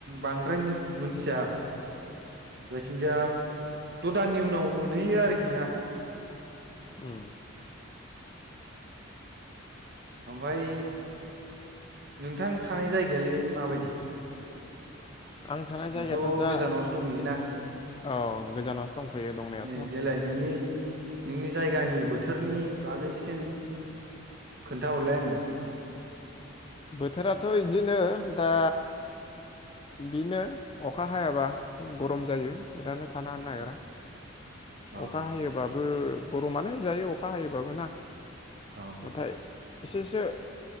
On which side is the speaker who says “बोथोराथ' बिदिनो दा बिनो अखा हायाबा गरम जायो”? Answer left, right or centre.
Left